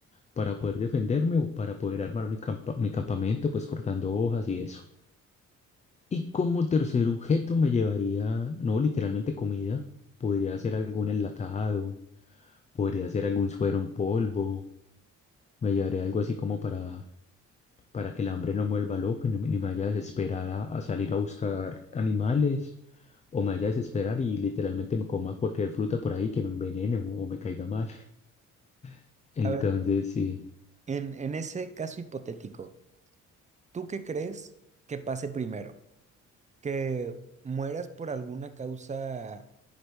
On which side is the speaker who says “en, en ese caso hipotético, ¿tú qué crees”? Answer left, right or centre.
Right